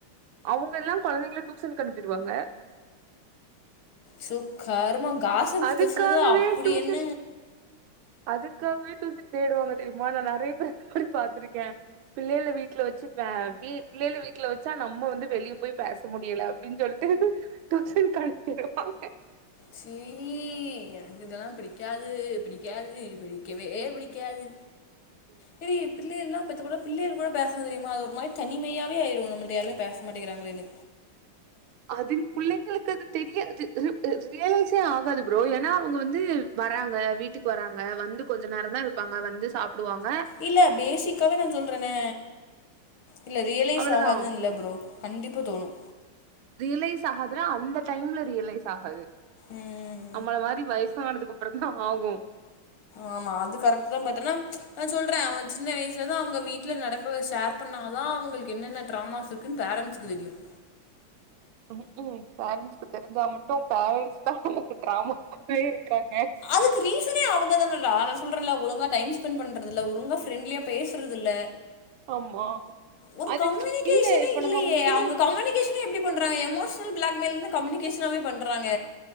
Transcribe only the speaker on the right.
அவுங்க எல்லாம் குழந்தைங்கல டியூசன் அனுப்பிருவாங்க
அதுக்காகவே
டியூசன்
அதுக்காகவே டியூசன் தேடுவாங்க தெரியுமா நான் நிறைய பேர் அப்டி பா்த்திருக்கேன் பிள்ளைல வீட்ல வச்சுப்ப பி பிள்ளைல வீட்ல வச்சா நம்ம வந்து வெளியே போய் பேச முடியல அப்டின்னு சொல்லிட்டு டூசன்க்கு அனுப்பிறாங்க
அதுங்க பிள்ளைங்களுக்கு அது தெரியாது ரியலைஸே ஆகாது ப்ரோ ஏன்னா அவுங்க வந்து வராங்க வீட்டுக்கு வராங்க வந்து கொஞ்ச நேரம் தான் இருப்பாங்க வந்து சாப்புடுவாங்க
அவ்ளோதா
ரியலைஸ் ஆகாதுன்னா அந்த டைம்ல ரியலைஸ் ஆகாது
நம்மள மாரி வயசானதுக் அப்பறம் தான் ஆகும்
ம்க்கும் பேரண்ட்ஸ்க்கு தெரிஞ்சா மட்டும் பேரண்ட்ஸ் தான் அவனுக்கு டிராமாவே இருக்காங்க
ஆமா
அது
இல்ல இப்ப
நம்ம வந்து